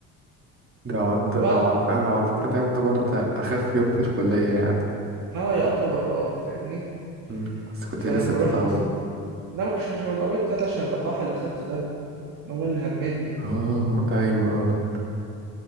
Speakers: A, on the right (about 35°); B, on the right (about 60°).
A: ده يع- ده
B: فبعد
A: أو على فكرة أو على فكرة ده يعتبر ده أخف يوم في الكلية يعني
B: ما هو يعتبر اه فاهمني
A: مم. بس كنت
B: فلما
A: لسه بتتعود
B: رحت
A: له
B: لا ما كنتش عشان اتعودت يا اسطى، عشان اللقاح اللي خدته ده ما هو اللي همدني
A: اه أيوه اه فعلا